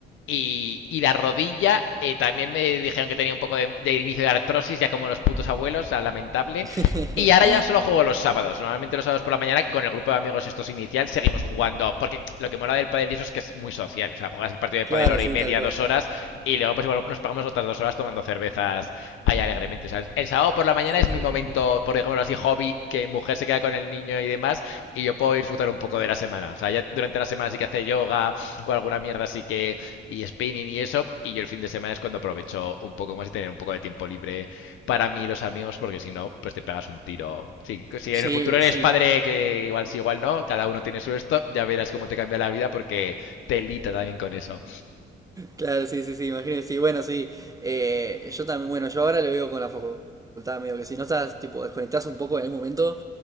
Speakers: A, on the left; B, on the right.
A: y, y la rodilla, eh, también me dijeron que tenía un poco de, de inicio de artrosis, ya como los putos abuelos, o sea, lamentable.
B: <laughs>
A: Y ahora ya solo juego los sábados. Normalmente los sábados por la mañana, con el grupo de amigos estos inicial, seguimos jugando. Porque lo que mola del pádel y eso es que es muy social. O sea, juegas el partido de
B: Claro,
A: pádel hora
B: sí,
A: y media,
B: tal cual.
A: dos horas, y luego pues igual nos pagamos nos pagamos otras dos horas tomando cervezas ahí alegremente. O sea, el sábado por la mañana
B: Sí,
A: es mi
B: sí,
A: momento,
B: sí, sí.
A: por ejemplo así, hobby, que mujer se queda con el niño y demás, y yo puedo disfrutar un poco de la semana. O sea, ya durante la semana sí que hace yoga o alguna mierda así que, y spinning y eso, y yo el fin de semana es cuando aprovecho un poco más y tener un poco de tiempo libre para mí y los amigos, porque si no, pues te pegas un tiro. Si, si
B: Sí,
A: en el futuro eres
B: sí.
A: padre, que igual sí, igual no, cada uno tiene su esto, ya verás cómo te cambia la vida porque te lita también con eso.
B: Claro, sí, sí, sí, imagino que sí. Bueno, sí, eh, yo también, bueno, yo ahora lo veo con la facultad, medio que si no estás, tipo, desconectás un poco en algún momento,